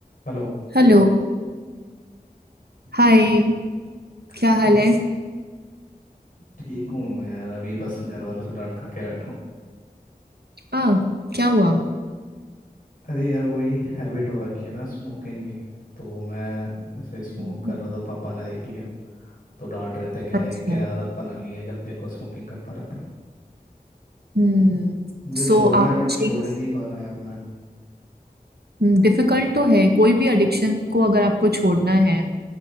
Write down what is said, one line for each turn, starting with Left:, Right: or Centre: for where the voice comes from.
Left: हेलो
Right: Hello Hi क्या
Left: हाँ,
Right: हाल है
Left: ठीक हूँ यार अभी बस घर वालों से डांट खा के बैठा हूँ
Right: आ क्या हुआ
Left: अरे यार वही हैबिट हो रखी है ना स्मोकिंग की तो मैं उसे स्मोक
Right: हम्म।
Left: कर रहा था पापा ने देख लिया तो डांट रहे थे क्या है
Right: अच्छा
Left: क्या आदत बना ली है जब देखो स्मोकिंग करता रहता है
Right: हम्म
Left: मुझे
Right: सो
Left: छोड़ना
Right: आप
Left: है बट
Right: चेंज
Left: छोड़ ही नहीं पा रहा यार मैं
Right: डिफिकल्ट तो है कोई भी एडिक्शन को अगर आपको छोड़ना है